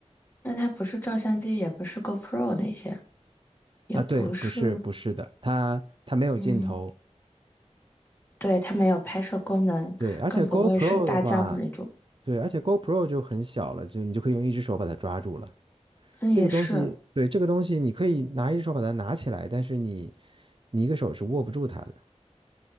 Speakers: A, on the left (about 15°); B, on the right (about 45°).
A: 那它不是照相机，也不是 GoPro 那些，也不是，
B: 啊，对，不是不是的，它它没有镜头。
A: 嗯，对，它没有拍摄功能，
B: 对，而且
A: 更不会是大疆那种。
B: GoPro 的话。对，而且 GoPro 就很小了，就你就可以用一只手把它抓住了。
A: 嗯，
B: 这个东西，
A: 也是。
B: 对，这个东西你可以拿一只手把它拿起来，但是你你一个手是握不住它的